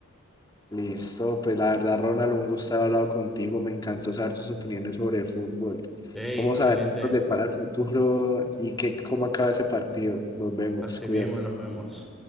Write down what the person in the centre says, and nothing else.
Ey,
excelente,
así
mismo nos vemos.